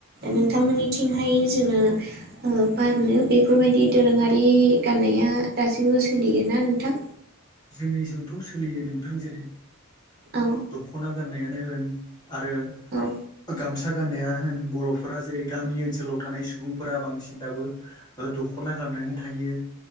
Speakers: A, on the left; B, on the right.
A: नोंथां
B: नोंथांनिथिं हाय जोङो बारनो बेफोरबायदि दोरोङारि गाननाया दासिमबो सोलियोना मा नोंथां
A: जोंनिजोंथ' सोलियो नोंथां जेरै
B: औ
A: दख'ना गाननायानो होन आरो
B: औ
A: गामसा फासारा गान्नाया होन बर'फोरा जेरै गामि ओनसोलाव थानाय सुबुंफोरा बांसिन दाबो दख'ना गानो गाननानै थायो